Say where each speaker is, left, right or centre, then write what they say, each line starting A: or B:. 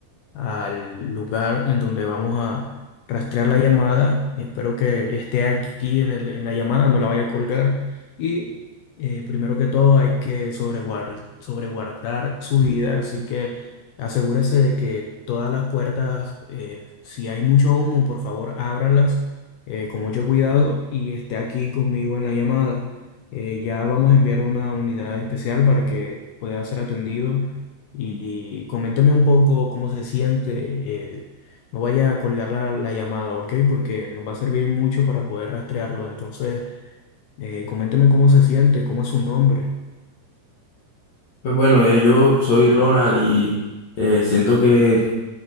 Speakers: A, on the left; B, on the left.
A: al lugar en donde vamos a rastrear la llamada. Espero que esté aquí en el- en la llamada, no la vaya a colgar. Y eh, primero que todo hay que sobreguar- sobreguardar su vida, así que asegúrese de que todas las puertas, eh, si hay mucho humo, por favor, ábralas eh, con mucho cuidado y esté aquí conmigo en la llamada. Eh, ya vamos a enviar una unidad especial para que pueda ser atendido y, coménteme un poco cómo se siente. eh, no vaya a colgar la, la llamada, ¿ok? Porque nos va a servir mucho para poder rastrearlo. Entonces, eh, coménteme cómo se siente, cómo es su nombre.
B: Pues bueno, eh, yo soy Ronald y eh, siento que